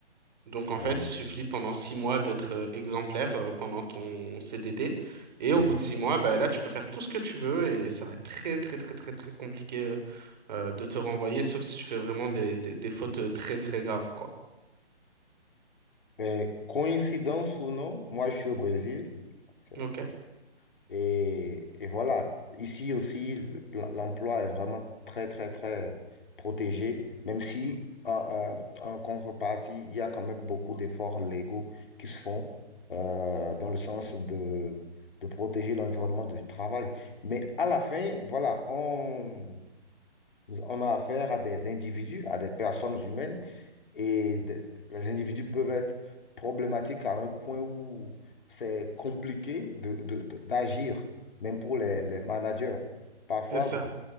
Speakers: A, on the right (about 45°); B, on the left (about 55°).
A: Donc en
B: oui,
A: fait, il suffit pendant six mois d'être euh, exemplaire euh, pendant ton CDD. Et au
B: oui.
A: bout de six mois, bah, là, tu peux faire tout ce que tu veux et ça va être très très très très très compliqué euh, euh, de te renvoyer, sauf si tu fais vraiment des, des, des fautes euh, très très graves, quoi.
B: Mais coïncidence ou non, moi je suis au Brésil. C'est-
A: Ok,
B: Et, et voilà, ici aussi, le- la- l'emploi est vraiment très, très, très protégé, même si en, en- en contrepartie, il y a quand même beaucoup d'efforts légaux qui se font euh, dans le sens de, de protéger l'environnement du travail. Mais à la fin, voilà, on, on a affaire à des individus, à des personnes humaines et de- les individus peuvent être problématiques à un point où c'est compliqué de, de- de- d'agir, même pour les, les managers. Parfois,
A: c'est ça.
B: bon,